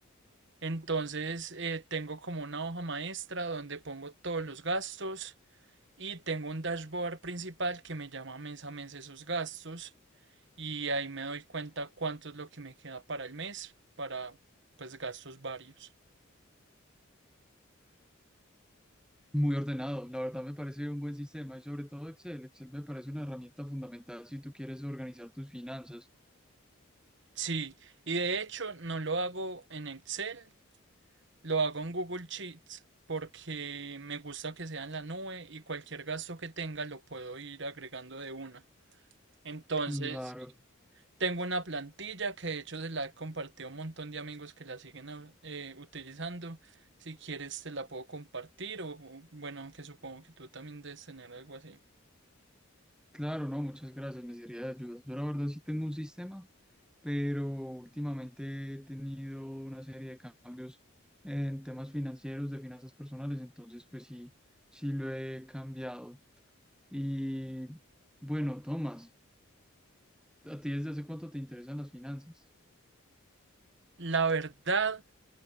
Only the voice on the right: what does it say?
Entonces, eh, tengo como una hoja maestra donde pongo todos los gastos y tengo un dashboard principal que me llama mes a mes esos gastos y ahí me doy cuenta cuánto es lo que me queda para el mes, para pues gastos varios.
Sí, y de hecho no lo hago en Excel, lo hago en Google Sheets porque me gusta que sea en la nube y cualquier gasto que tenga lo puedo ir agregando de una. Entonces...
Tengo una plantilla que de hecho se la he compartido a un montón de amigos que la siguen a- eh, utilizando. Si quieres te la puedo compartir o o, bueno, aunque supongo que tú también debes tener algo así.
La verdad,